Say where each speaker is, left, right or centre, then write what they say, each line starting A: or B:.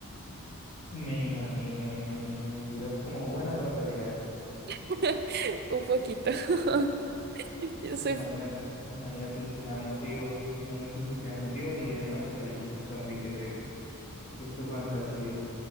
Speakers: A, on the left; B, on the right.
A: Me imagino, me imagino. Y tú eres como buena para pelear.
B: <laughs> un poquito. <laughs> Yo soy,
A: Imagínate, imagínate si te dan motivos, imagínate si te dan motivos y en un apocalipsis zombie que te, que es tu fantasía.